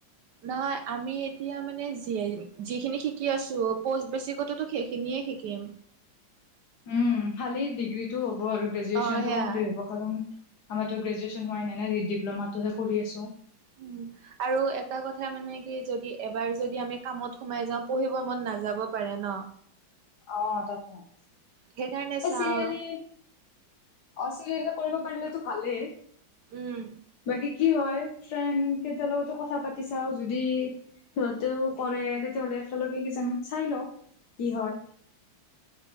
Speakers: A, on the right; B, on the left.
A: নহয় আমি এ মানে যিখিনি শিকি আছো প বেচিকতো সেইখিনিয়ে শিকিম
B: উম খালি ডিগ্ৰীটো হ'ব আৰু গ্ৰেজুৱেচনটো
A: অ', সেয়া
B: কমপ্লিট হব কাৰণ আমাৰতো গ্ৰেজুৱেশচন হোৱাই নাই নাই ডিপ্ল'মাটোহে কৰি আছোঁ
A: উম। আৰু এটা কথা মানে কি যদি এবাৰ যদি আমি কামত সোমাই যাও পঢ়িব মন নাযাব পাৰে তেন
B: অ তাৰ চিৰিয়েলি
A: সেইকাৰণে চাওঁ
B: অ চিৰিয়েল কৰিব পাৰিলেতো ভালেই
A: উম।
B: বাকী কি হয় ফ্ৰেণ্ড কেইটাৰ লগতো কথা পাতি চাও যদি সিহঁতেও কৰে তেতিয়াহলে একেলগে কিজানি চাই লওক কি হয়